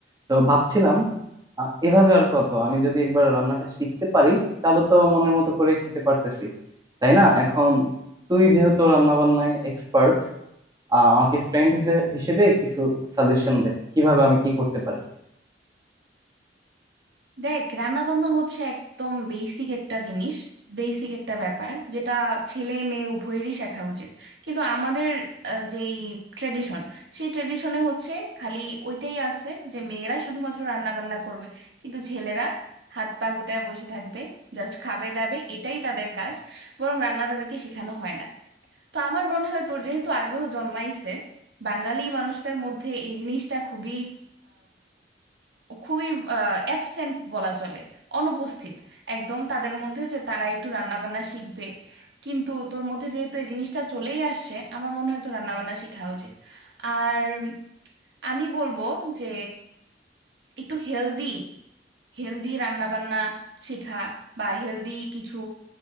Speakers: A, on the right (about 20°); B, on the right (about 75°).
A: তো ভাবছিলাম আহ, এভাবে আর কত আমি যদি একবার রান্নাটা শিখতে পারি তাহলে তো মনের মতো করে খেতে পারতেছি তাই না এখন তুই যেহেতু রান্না বান্নায় এক্সপার্ট আমাকে ফ্রেন্ড হিসেবে কিছু সাজেশন দে কিভাবে আমি কি করতে পারি
B: দেখ রান্না বান্না হচ্ছে একদম বেসিক একটা জিনিস বেসিক একটা ব্যাপার যেটা ছেলে মেয়ে উভয়েরই শেখা উচিত কিন্তু আমাদের আহ, যেই ট্রেডিশন সেই ট্রেডিশনে হচ্ছে খালি ওইটাই আছে যে মেয়েরা শুধুমাত্র রান্না বান্না করবে কিন্তু ছেলেরা হাত পা গুটায় বসে থাকবে জাস্ট খাবে দাবে এটাই তাদের কাজ বরং রান্না তাদেরকে শেখানো হয় না তো আমার মনে হয় তোর যেহেতু আগ্রহ জন্মাইছে বাঙালি মানুষদের মধ্যে এই জিনিসটা খুবই খুবই অ্যাবসেন্ট বলা চলে অনুপস্থিত একদম তাদের মধ্যে যে তারা একটু রান্নাবান্না শিখবে কিন্তু তোর মধ্যে যেহেতু এই জিনিসটা চলেই আসছে আমার মনে হয় তো রান্নাবান্না শেখা উচিত আর আমি বলবো যে একটু হেলদি হেলদি রান্নাবান্না শেখা বা হেলদি কিছু